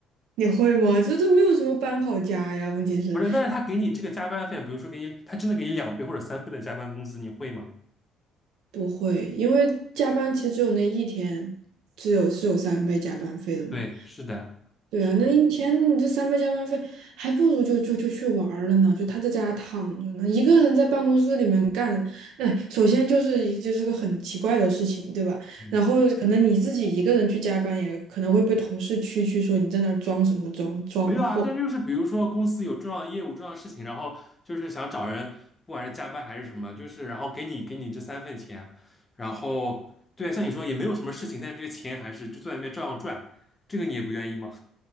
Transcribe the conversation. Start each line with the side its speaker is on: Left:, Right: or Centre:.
Right: 你会吗？这这没有什么搬好家呀，问题是
Left: 不是，但是他给你这个加班费，比如说给你，他真的给你两倍或者三倍的加班工资，你会吗？
Right: 不会，因为加班其实只有那一天，只有是有三倍加班费的嘛。
Left: 对，是的，
Right: 对啊，
Left: 是的，
Right: 那一天你这三倍加班费，还不如就就就去玩儿了呢，就他在家躺着呢，一个人在办公室里面干，哎，首先就是一就是个很奇怪的事情，对吧？
Left: 嗯
Right: 然后可能你自己一个人去加班，也可能会被同事蛐蛐说你在那儿装什么装装货，
Left: 没有啊，但就是比如说公司有重要业务、重要事情，然后就是想找人，不管是加班还是什么，就是然后给你给你这三份钱，然后对啊，像你说也没有什么事情，但是这个钱还是就坐在那边照样赚，这个你也不愿意吗？